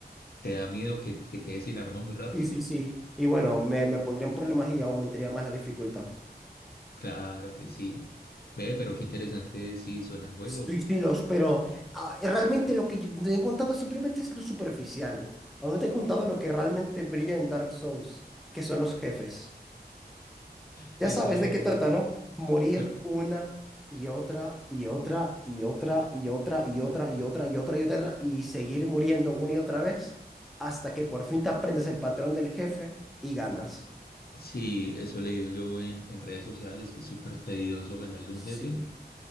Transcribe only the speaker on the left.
te da miedo que te quedes sin arma muy rápido.
<laughs>
Claro que sí. Ve, pero qué interesante sí suena el juego.
Eso,
pues,
sí, eso he leído yo en, en redes sociales, que es súper tedioso ganarle a
un jefe.